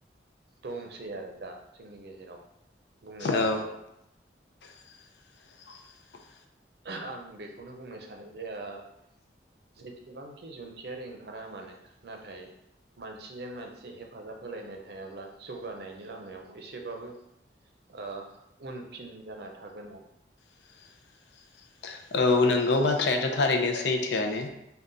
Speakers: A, on the right (about 60°); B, on the left (about 75°).
A: दंसै आरो दा जोंनि गेजेराव बुंनो थाङोब्ला
B: औ <inaudible>
A: आं बेखौनो बुंनो सानो जे ओ जेसेबांखि जुन्थियारि ओंखारा मानो नाथाय मानसिजों मानसि हेफाजाब होलायनाय थायाब्ला जौगानायनि लामायाव एसेबाबो ओ उनफिन जाना थागोन आरो।
B: <inaudible> औ नंगौ बाथ्रायाथ' थारैनो सैथोआनो